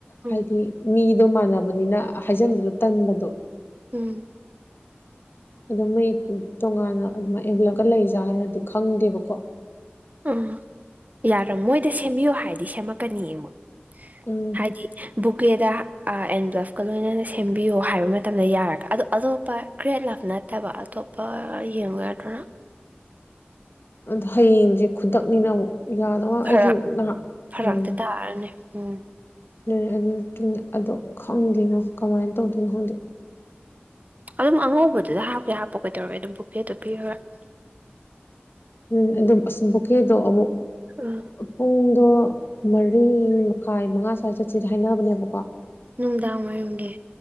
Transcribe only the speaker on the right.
ꯎꯝ
ꯎꯝ
ꯑꯥ ꯌꯥꯔ ꯃꯣꯏꯗ ꯁꯦꯝꯕꯤꯌꫭ ꯍꯥꯏ ꯗꯤ ꯁꯦꯝꯃꯛꯀꯅꯤꯌꯦ ꯃꫭꯏ
ꯍꯥꯏꯗꯤ ꯕꯨꯀꯦꯗ ꯑ ꯑꯦꯟ ꯕ꯭ꯂꯞꯀ ꯂꯣꯏꯅꯅ ꯁꯦꯝꯕꯤꯌꯣ ꯍꯥꯏꯕ ꯃꯇꯝꯗ ꯌꯥꯔꯛ ꯑꯗꯣ ꯑꯇꯣꯞꯄ ꯀ꯭ꯔꯦꯠ ꯂꯞ ꯅꯠꯇꯕ ꯑꯇꯣꯞꯄ ꯌꯦꯡꯉꫭ ꯌꯥꯗ꯭ꯔ
ꯐꯔꯛ
ꯐꯔꯛꯇꯤ
ꯇꯥꯔꯅꯤ ꯎꯝ
ꯑꯗꯨꯝ ꯑꯉꯧꯕꯗꯨꯗ ꯍꯥꯞꯄꯀꯦ ꯍꯥꯞꯄꫭ ꯀꯩꯗꯧꯔꯦ ꯑꯗꯨꯝ ꯕꯨꯀꯦꯗꯨ ꯄꯤꯔꯒ
ꯎꯝ
ꯅꯨꯡꯗꯥꯡ ꯋꯥꯏꯔꯝꯒꯤ